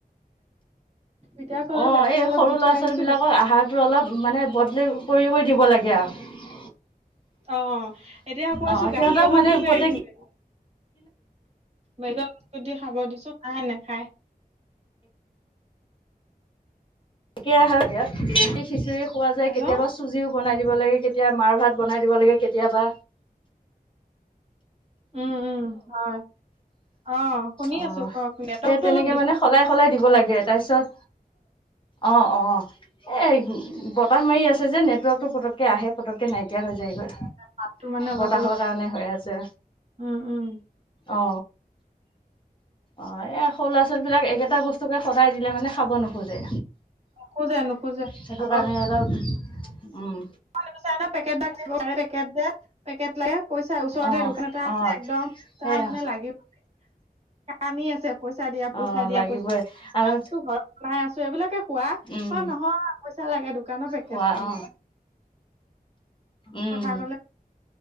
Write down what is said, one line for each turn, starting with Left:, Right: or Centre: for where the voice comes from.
Right: এতিয়া ক'লো
Left: অ
Right: গাখীৰ
Left: এই
Right: অলপ
Left: সৰু
Right: দি থৈ
Left: ল'ৰা
Right: আহিছো
Left: ছোৱালী বিলাকৰ
Right: বিস্কুট
Left: আহাৰতো অলপ মানে বদল কৰি কৰি দিব লাগে আৰু
Right: অ এতিয়া কৈছো
Left: অঁ
Right: গাখীৰ
Left: সিহঁতক
Right: অলপ
Left: মানে
Right: দি থৈ
Left: প্ৰত্যেক
Right: আহিছো বুলি। বেগৰ বস্তু দি খাব দিছো নাহে নেখায়। <inaudible>
Left: তে যদি খিচিৰি খোৱা যায়
Right: হেল্ল'
Left: কেতিয়াবা চুজিও বনাই দিব লাগে। কেতি মাৰ ভাত বনাই দিব লাগে কেতিয়াবা।
Right: উম উম হয়। অ শুনি
Left: অ
Right: আছো কওক নেটৱৰ্কটো
Left: এ তেনেকে
Right: অলপ ডিষ্টাৰ্ব
Left: মানে সলাই সলাই দিব লাগে তাৰপিছত অ অ এই বতাহ মাৰি আছে যে নেটৱৰ্কটো। কৈ আহে পতককৈ নাইকিয়া হৈ যায়গৈ
Right: মাতটো মানে অলপ
Left: বতাহৰ
Right: অলপ
Left: কাৰণে হৈ আছে।
Right: উম উম
Left: অ
Right: <inaudible>
Left: অ এই সৰু ল'ৰা ছোৱালী বিলাক একেটা বস্তুকে সদাই দিলে মানে খাব নোখোজে।
Right: নোখোজে নোখোজে
Left: সেইটো
Right: আকৌ।
Left: কাৰণে অলপ উম
Right: <unintelligible> পেকেটে যে পেকেট লাগে। পইচা ওচৰতে
Left: অ
Right: দোকান এটা আছে
Left: অ
Right: একদমটা
Left: সেয়া
Right: মানে লাগিব লাগে। আানি আছে পইচা দিয়া পইচা
Left: অ
Right: দিয়া
Left: লাগিবই
Right: পইচা ইমান
Left: আৰু
Right: বস্তু ঘৰত লাই আছো এইবিলাকে। খোৱা
Left: উম
Right: অ নহয় পইচা লাগে দোকানৰ পেকেট
Left: খোৱা
Right: খাম
Left: অ উম
Right: কথা ক'লে